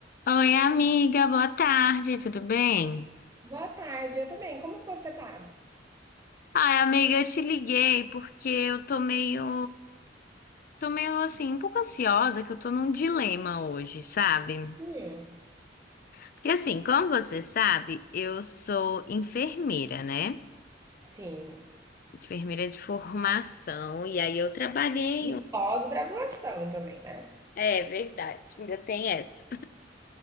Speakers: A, on the left; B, on the right.
A: Oi, amiga, boa tarde, tudo bem?
B: Boa tarde, eu também. Como que você tá?
A: Ai, amiga, eu te liguei porque eu tô meio. Tô meio assim, um pouco ansiosa, que eu tô num dilema hoje, sabe?
B: Hum,
A: Porque assim, como você sabe, eu sou enfermeira, né?
B: sim.
A: Enfermeira de formação, e aí eu trabalhei.
B: E
A: um-
B: pós-graduação também, né?
A: É verdade, ainda tem essa.